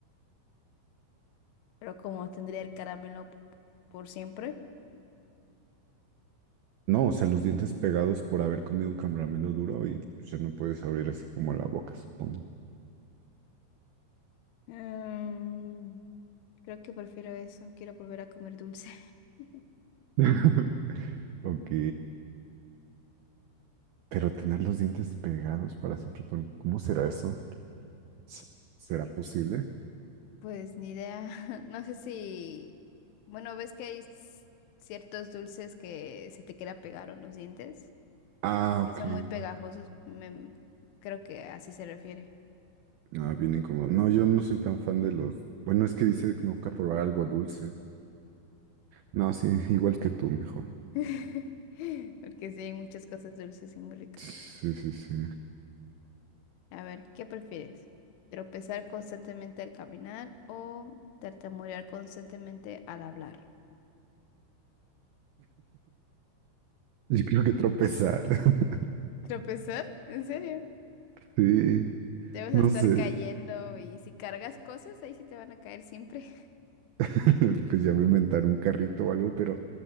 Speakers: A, on the left; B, on the right.
A: pero como tendría el caramelo p- por siempre.
B: No, o sea, los dientes pegados por haber comido un caramelo duro y pues, ya no puedes abrir así como la boca, supongo.
A: Mm, creo que prefiero eso. Quiero volver a comer dulce. <laughs>
B: <laughs> Ok, pero tener los dientes pegados para siempre, por- ¿cómo será eso? ¿Se- ¿Será posible?
A: Pues ni idea. <laughs> No sé si... Bueno, ves que hay s- ciertos dulces que se te queda pegado en los dientes,
B: Ah, ok.
A: que son muy pegajosos. Me- Creo que así se refiere.
B: Ah, bien incómodo. No, yo no soy tan fan de los... Bueno, es que dice que nunca probar algo dulce. No, sí, igual que tú, mejor.
A: <laughs> Porque sí, hay muchas cosas dulces y muy ricas.
B: Sí, sí, sí.
A: A ver, ¿qué prefieres? ¿Tropezar constantemente al caminar o tartamudear constantemente al hablar?
B: Yo creo que tropezar. <laughs>
A: ¿Tropezar? ¿En serio?
B: Sí,
A: Debes
B: no
A: estar
B: sé.
A: cayendo y si cargas cosas, ahí sí te van a caer siempre. <laughs>
B: <laughs> Pues ya me inventar un carrito o algo, pero